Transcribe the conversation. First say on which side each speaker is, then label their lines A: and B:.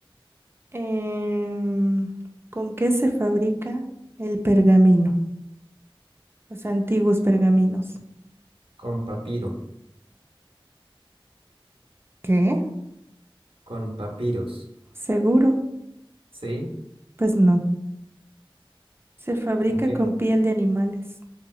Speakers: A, on the right; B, on the right.
A: Em, ¿con qué se fabrica el pergamino? Los antiguos pergaminos.
B: Con papiro.
A: ¿Qué?
B: Con papiros.
A: ¿Seguro?
B: ¿Sí?
A: Pues no. Se fabrica
B: ¿Con qué
A: con
B: era?
A: piel de animales.